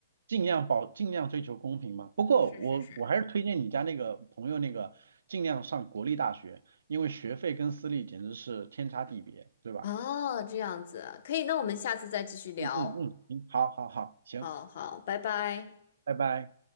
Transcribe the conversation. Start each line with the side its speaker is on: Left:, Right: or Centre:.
Right: 尽量保，尽量追求公平嘛。不过我我还是推荐你家那个朋友那个，
Left: 是是是。
Right: 尽量上国立大学，因为学费跟私立简直是天差地别，对吧？
Left: 哦，这样子啊可以，那我们下次再继续聊。
Right: 嗯嗯嗯，行，好好好，行，
Left: 好好，拜拜。
Right: 拜拜。